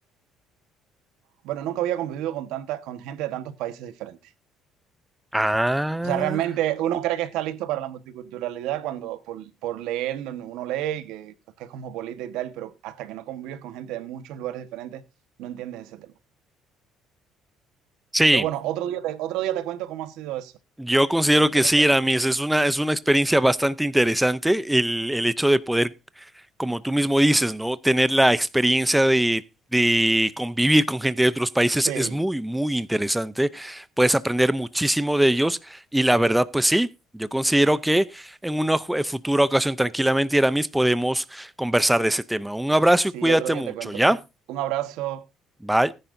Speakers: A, on the right (about 85°); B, in the centre.
A: Bueno, nunca había convivido con tanta, con gente de tantos países diferentes.
B: Ah,
A: O sea, realmente uno cree que está listo para la multiculturalidad cuando por, por leer uno lee y que, que es cosmopolita y tal, pero hasta que no convives con gente de muchos lugares diferentes, no entiendes ese tema.
B: sí.
A: Pero bueno, otro día te, otro día te cuento cómo ha sido eso,
B: Yo considero
A: porque
B: que
A: creo
B: sí,
A: que
B: Aramis, es una, es una experiencia bastante interesante el, el hecho de poder, como tú mismo dices, ¿no? Tener la experiencia de, de convivir con gente de otros países
A: sí,
B: es muy, muy interesante. Puedes aprender muchísimo de ellos y la verdad, pues sí, yo considero que en una ju- futura ocasión tranquilamente, Aramis, podemos conversar de ese tema. Un abrazo
A: sí,
B: y cuídate
A: otro día
B: mucho,
A: te cuento.
B: ¿ya?
A: un un abrazo.
B: Bye.